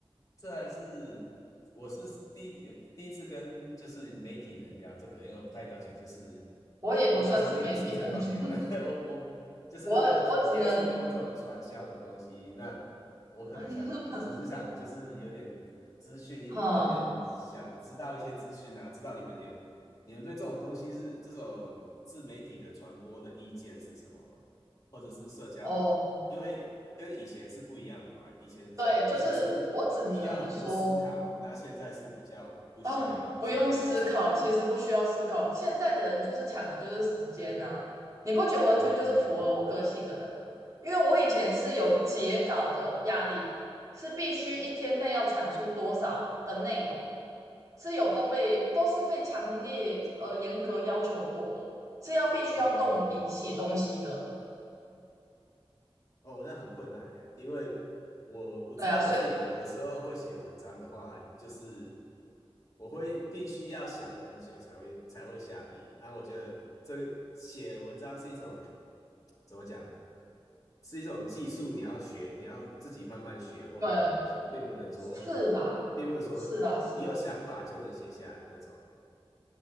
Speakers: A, on the left (about 35°); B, on the right (about 35°).
A: 这还是我是第第一次跟就是媒体人聊这个，因为我不太了解，就是
B: 我也不算是媒体人，
A: 我本身并不是这方面的，
B: <laughs>
A: <laughs> 我我就是没有接接触过这种传销的东西。
B: 我我只能，
A: 那我可能想，
B: <laughs>
A: 我只是想就是有点资讯一点，
B: 哈、
A: 有点想知道一些资讯啊，知道你们也你们对这种东西是这种自媒体的传播的意见是什么，或者是社交网因为跟以前是不一样的嘛，
B: 哦。
A: 以前以前是需要很多思考，
B: 对，就是我只能说
A: 那现在是比较不需要了，
B: 啊，不用思考，
A: 现在变成是
B: 其实不需要思考。现在的人就是抢的就是时间呐、你不觉得完全就是符合我个性的人吗？
A: 嗯嗯嗯
B: 因为我以前是有截稿的压力，是必须一天内要产出多少的内容，是有都被都是被强烈呃严格要求过的，是要必须要动笔写东西的。
A: <laughs> 嗯嗯嗯。哦，那很困难诶，因为我我知道我自己有的时候会写文章的话，
B: 对啊，所以
A: 就是我会必须要想很久才会才会下笔。啊，我觉得这个写文章是一种怎么讲，是一种技术，你要学，你要自己慢慢学会的东西，
B: 对，
A: 并不能说，
B: 是啦，
A: 并不能说你有想法就能写下来那种。
B: 是啦，是啦，